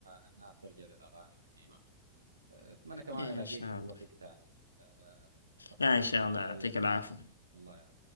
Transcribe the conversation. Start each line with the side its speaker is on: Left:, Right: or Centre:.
Right: الناس ترجع للاغاني القديمه أه، اتمنى كمان
Left: إيه
Right: الاقيك
Left: إن شاء
Right: في
Left: الله
Right: وقت ثاني أه، اعتقد
Left: لا
Right: انه
Left: إن شاء
Right: هذا
Left: الله
Right: الى
Left: يعطيك
Right: اللقاء
Left: العافية
Right: الله